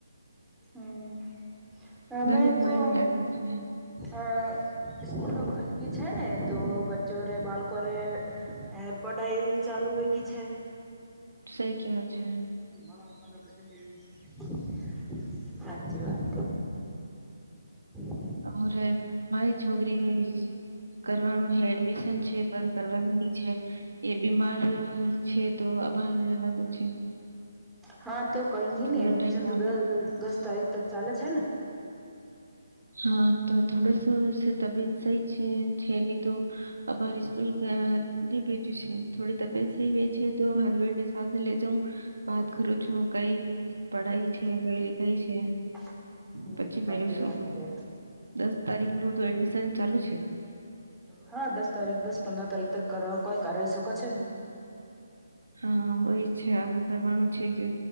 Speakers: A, in the centre; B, on the right.
A: હમ. અ
B: ઘરમાં
A: મેં તો
B: મને લાગે છે
A: અ સ્કૂલ ખલી છે ને તો બચ્ચો રે બાલકો ને એ પઢઈ ચાલુ વેગી છે
B: સહી કેવે છે
A: મારાા ના સંગ બેઠ <unintelligible> હાચી વાત. <inaudible>
B: <unintelligible> માય છોગરી <unintelligible> કરવાનું હે એડમિશન છે પર કરવાની છે એ બીમાર છે તો. બાબા રવાદે છે.
A: હા! તો કઈ નઈ ને
B: થોડો
A: એડમિશન
B: ટાઈમ
A: તો દ દસ તારીખ તક ચાલે છે ને?
B: હા! તો થોડસો તબિયત સહી છે છે એની તો અમારી સ્કૂલ. બીજું છે. થોડી તબિયત થઈ હોઈ છે, તો હસબેન્ડ ની સાથે લે જાઉ. બાત કરું કરુ છું. કઈ પઢાઈ છે. કઈ દીખઈ છે.
A: <inaudible>
B: પછી મેશું.
A: સાચી વાત છે.
B: દસ તારીખ નું તો એડમિશન ચાલુ છે.
A: હા! દસ તારીખ દસ પંદર તારીખ તક કર કોઈ કરાવી શકો છે.
B: હા! હોય છે. આ કરવાનું છે. કે